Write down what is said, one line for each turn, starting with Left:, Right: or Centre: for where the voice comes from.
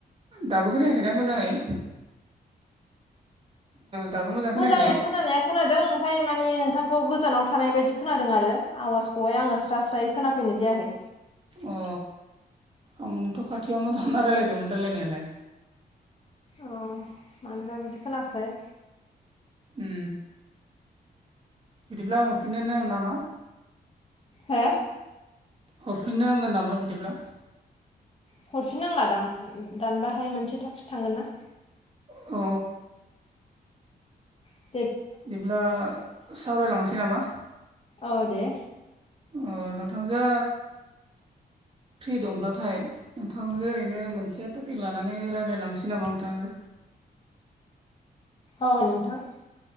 Right: दाबो खोनायाखैना मोजाङै। दाबो मोजां खोनायाखै
Left: मोजाङै खोनानाया खोनादों ओमफ्राय मानि नोंथांखौ गोजानाव थानाय बायदि खोनादों आरो आवाजखौहाय आङो स्रा स्रायै खोनाफैनाय जायाखै।
Right: अ आंथ' खाथियावनो थाना रायलायदोंमोन रायलायनायालाय।
Left: अ मानोबा बिदि खोनाखोथाय।
Right: उ बिदिब्ला हरफिननोनो नामा?
Left: हा
Right: हरफिननो नांगोन नामा बिदिब्ला।
Left: हरफिन नांलादां दानबाथाय मोनसे थाख्स थांगोनना।
Right: अ।
Left: उ
Right: बिदिब्ला सावरायलांनोसै नामा।
Left: औ दे
Right: अ नोंथांजो फ्रि दंब्लाथाय। नोंथांजो ओरैनो मोनसे टपिक लानानै रायलायलांनोसै नामा नोंथांजो।
Left: औ नोंथां।